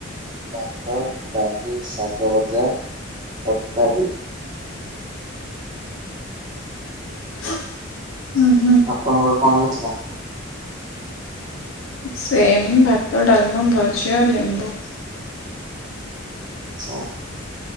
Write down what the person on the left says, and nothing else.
ଉଁ ହୁଁ।
ସେମ୍ ଭାତ, ଡାଲମା, ଭଜା, ଲେମ୍ବୁ।